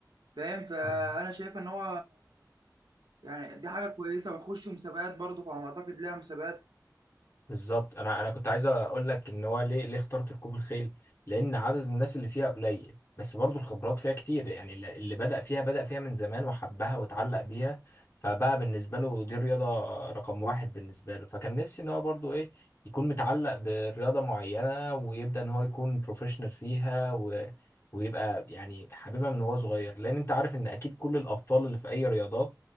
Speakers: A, on the right; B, on the left.
A: فاهم فانا
B: لا
A: شايف ان هو يعني دي حاجه كويسه ويخش مسابقات برضه على ما اعتقد ليها مسابقات
B: بالظبط انا انا كنت عايز اقول لك ان هو ليه ليه اخترت ركوب الخيل لان عدد الناس اللي فيها قليل بس برضو الخبرات فيها كتير يعني اللي اللي بدأ فيها بدأ فيها من زمان وحبها واتعلق بيها فبقى بالنسبه له دي رياضه رقم واحد بالنسبه له فكان نفسي ان هو برضو ايه يكون متعلق برياضه معينه ويبدأ ان هو يكون بروفيشنال فيها و... ويبقى يعني حاببها من هو صغير لان انت عارف ان اكيد كل الابطال اللي في اي رياضات